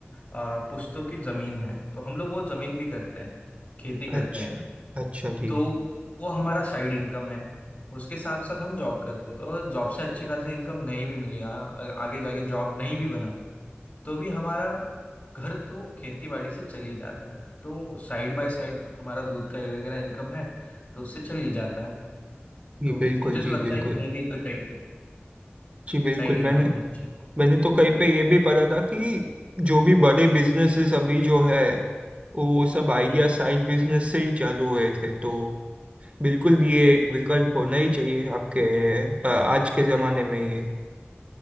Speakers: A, on the left; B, on the right.
A: अ, पुश्तों की जमीन है तो हम लोग वो जमीन भी करते हैं खेती करते
B: अच्छा
A: हैं
B: अच्छा जी
A: तो वो हमारा साइड इनकम है उसके साथ साथ हम जॉब करते हैं तो अगर जॉब से अच्छी खासी इनकम नहीं भी मिली आ, आगे जाके जॉब नहीं भी बना तो भी हमारा घर तो खेती बाड़ी से चल ही जाता है तो साइड बाय साइड हमारा दूध का ये वगैरह इनकम है तो उससे चल ही जाता है
B: जी
A: तो
B: बिल्कुल
A: मुझे
B: जी
A: तो लगता
B: बिल्कुल
A: है कि होनी तो चाहिए
B: जी बिल्कुल
A: साइड इनकम
B: मैंने
A: होनी चाहिए
B: मैंने तो कहीं पे ये भी पढ़ा था कि जो भी बड़े बिजनेसेस अभी जो है वो सब आइडिया
A: हम्म
B: साइड बिजनेस से ही चालू हुए थे तो बिल्कुल ये एक विकल्प होना ही चाहिए आपके अ, आज के जमाने में ये